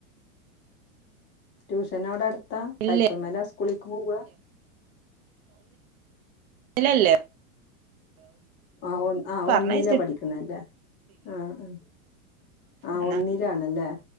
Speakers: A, on the left; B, on the right.
A: ട്യൂഷൻ അവിടെ അടുത്താ സൈക്കിൾ
B: ഇല്ല
A: മല സ്കൂളേക്ക് പോവ
B: ഇല്ലല്ലേ
A: ആ ഒ ആ
B: പറഞ്ഞയച്ചിട്ടില്ല
A: ഒന്നില പഠിക്കണല്ലേ ആഹ ആ ആ
B: ഒന്നാം
A: ഒന്നിലാണല്ലേ